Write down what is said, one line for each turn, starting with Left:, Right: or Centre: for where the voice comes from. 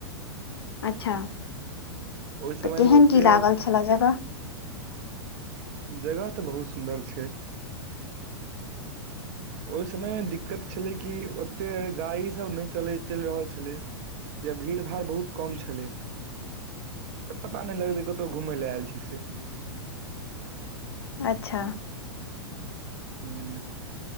Left: अच्छा
Right: ओहि
Left: तऽ
Right: समयमे
Left: केहन
Right: ओतेक
Left: की लागल छलए जगह
Right: जगह तऽ बहुत सुन्दर छै ओहि समय मे दिक्कत छलै की ओते गाड़ी सब नहि चलि रहल छलै या भीड़ भाड़ बहुत कम छलै त पता नहि लगलै कतहु घुमय लऽ आयल छी से
Left: अच्छा
Right: ह